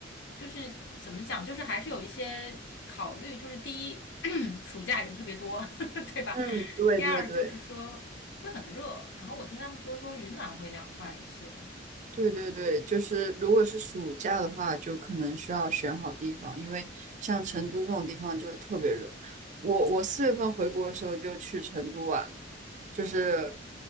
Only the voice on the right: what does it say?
嗯，对对对。
对对对，就是如果是暑假的话，就可能需要选好地方，因为像成都这种地方就特别热。我我四月份回国的时候就去成都玩了，就是